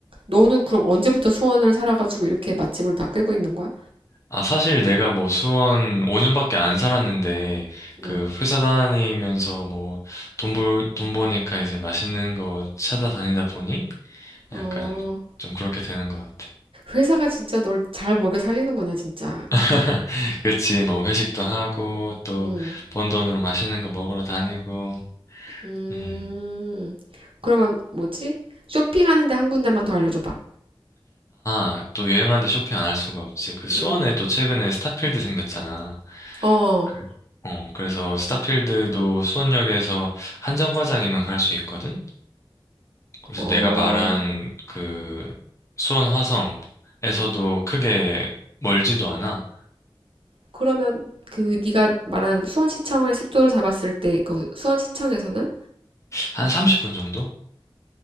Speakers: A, on the right (about 75°); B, on the left (about 35°).
A: 너는 그럼 언제부터 수원을 살아가지고 이렇게 맛집을 다 꿰고 있는 거야?
B: 아, 사실 내가 뭐 수원 5년밖에 안 살았는데,
A: 음,
B: 그 회사 다니면서 뭐 돈 벌, 돈 버니까 이제 맛있는 거 찾아다니다 보니
A: 어,
B: 약간 좀 그렇게 되는 것 같아.
A: 회사가 진짜 널 잘 먹여 살리는구나, 진짜.
B: <laughs> 그치, 뭐 회식도 하고, 또
A: 음,
B: 번 돈으로 맛있는 거 먹으러 다니고,
A: 음.
B: 음.
A: 그러면 뭐지? 쇼핑하는데 한 군데만 더 알려줘봐.
B: 아, 또 유행하는데 쇼핑 안 할 수가 없지. 그 수원에
A: 음,
B: 또 최근에 스타필드 생겼잖아.
A: 어,
B: 그- 어, 그래서 스타필드도 수원역에서 한정거장이면 갈 수 있거든? 그래서
A: 어.
B: 내가 말한 그 수원 화성에서도 크게 멀지도 않아.
A: 그러면 그 네가 말한 수원시청을 숙소로 잡았을 때 그 수원시청에서는
B: 한 30분 정도?